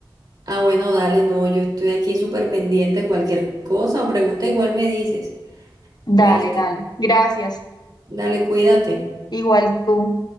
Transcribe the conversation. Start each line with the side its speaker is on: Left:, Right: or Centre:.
Right: Ah, bueno, dale, no, yo estoy aquí súper pendiente de cualquier cosa o pregunta igual me dices,
Left: Dale,
Right: ¿oíste?
Left: dale, gracias,
Right: Dale, cuídate.
Left: igual tú.